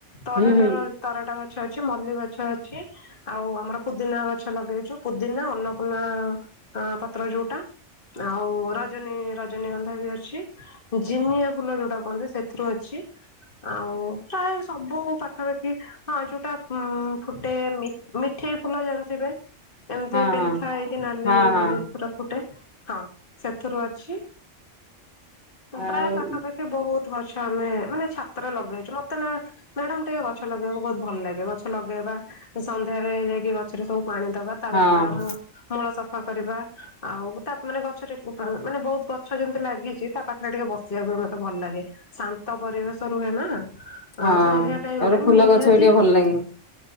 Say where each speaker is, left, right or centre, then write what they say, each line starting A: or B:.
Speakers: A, on the left (about 45°); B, on the left (about 70°).
A: ତରାଟ
B: ହୁଁ ହୁଁ
A: ର ତରାଟା ମେ ଗଛ ଅଛି ମଲ୍ଲ ଗଛ ଅଛି ଆଉ ଆମର ପୁଦିନା ଗଛ ଲଗେଇଛୁ ପୁଦିନା ଅନ୍ନପୂର୍ଣ୍ ଅ ପତ୍ର ଯୋଉଟା ଆଉ ରଜନୀ ର ରଜନୀଗନ୍ଧା ବି ଅଛି ଜିନିଆ ଫୁଲ ଯୋଉଟା କୁହନ୍ତି ସେଥିରୁ ଅଛି ଆଉ ପ୍ରାୟ ସବୁ ପାଖାପାଖି ହଁ ଯୋଉଟା ଉ ଫୁଟେମି ମି ଏଠେଇ ଫୁଲ ଜାଣନ୍ତି ପାଇଁ ଏମିତି
B: ହଁ
A: ପେନ୍ଥା
B: ହଁ ହଁ
A: ହେଇକି ନାଲି
B: ହଁ
A: ହେ
B: ହଁ
A: ପୁର ପୁଟେ ହଁ ସେଥିରୁ ଅଛି
B: ଆଉ
A: ପ୍ରାୟ ପାଖାପାଖି ବହୁତ ଗଛ ଆମେ ମାନେ ଛାତରେ ଲଗେଇଛୁ ମତେ ନା ମ୍ୟାଡାାମ ଟିକେ ଗଛ ଲଗେଇବାକୁ ବହୁତ ଭଲ ଲାଗେ ଗଛ ଲଗେଇବା ସନ୍ଧ୍ୟାରେ ଯାଇକି ଗଛରେ ସବୁ ପାଣି ଦବା ତାର
B: ହଁ
A: ମୂଳ ସ କରିବା ଆଉ ତା ମାନେ ଗଛ ମାନେ ବହୁତ ଗଛ ଯେମିତି ଲାଗିଛି ତା ପାଖରେ ଟିକେ ବସ ସେଇୟ ମତେ ଭଲ ଲାଗେ ଶାନ୍ତ ପରିବେଶ ରୁହେ ନା ହଁ
B: ହଁ
A: ସନ୍ଧ୍ୟା ଟାଇମ
B: ତାପରେ
A: ଟ ମୁ
B: ଫୁଲ ଗଛ
A: ନିହାତି
B: ବି ଟିକେ ଭଲ ଲାଗେ।